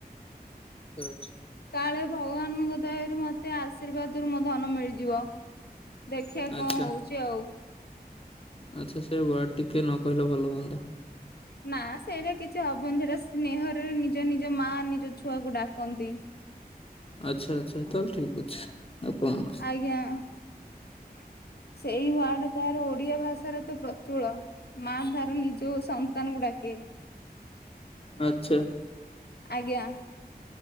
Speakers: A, on the left (about 35°); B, on the left (about 75°).
A: ଆଁଛା <inaudible>
B: କାଳେ ଭଗବାନଙ୍କ, ଦୟାରୁ ମତେ ଆଶୀର୍ବାଦ ରୁ ମୋ ଧନ ମିଳିଯିବ। ଦେଖିଆ
A: ଆଚ୍ଛା
B: କଣ ହଉଛି ଆଉ
A: ଆଚ୍ଛା ସେ ୱାର୍ଡ, ଟିକେ ନ କହିଲେ ଭଲ ହୁଅନ୍ତା।
B: ନା ସେଇଟା କିଛି ହବନି ସେଟା ସ୍ନେହରେ ନିଜ ନିଜ ମା, ନିଜ ଛୁଆକୁ ଡାକନ୍ତି।
A: ଆଛା ଆଛା ତାହେଲେ ଠିକ୍ ଅଛି ଆପଣ
B: ଆଜ୍ଞା <inaudible> ସେଇ ୱାର୍ଡ ତାର ଓଡ଼ିଆ ଭାଷାରେ, ତ ପ୍ରଚୁଳ, ମା ତାର ନିଜ ସନ୍ତାନ, କୁ ଡାକେ
A: ଆଛା,
B: ଆଜ୍ଞା,